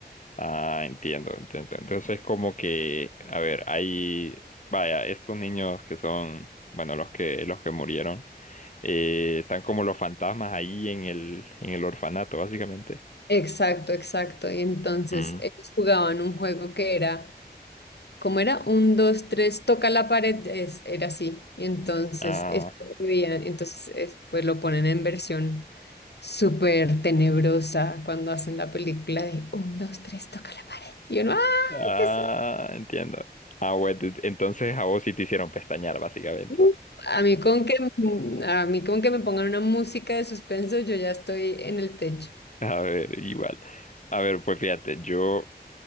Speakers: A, on the left; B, on the left.
A: Ah, entiendo, entiendo. Entonces, como que, a ver, hay, vaya, estos niños que son, bueno, los que, los que murieron, eh, están como los fantasmas ahí en el, en el orfanato, básicamente.
B: Exacto, exacto. Y entonces
A: Mm.
B: ellos jugaban un juego que era, ¿cómo era? Un, dos, tres, toca la pared, es, era así. Y entonces
A: Ah,
B: esto lo veían, entonces es- pues lo ponen en versión súper tenebrosa cuando hacen la película de un, dos, tres, toca la pared. Y uno, ¡ah!
A: ah,
B: ¿Qué es esto?".
A: entiendo. Ah, bueno, entonces a vos sí te hicieron pestañear, básicamente.
B: Uf, A mí con que, a mí con que me pongan una música de suspenso, yo ya estoy en el techo.
A: A ver, igual. A ver, pues fíjate, yo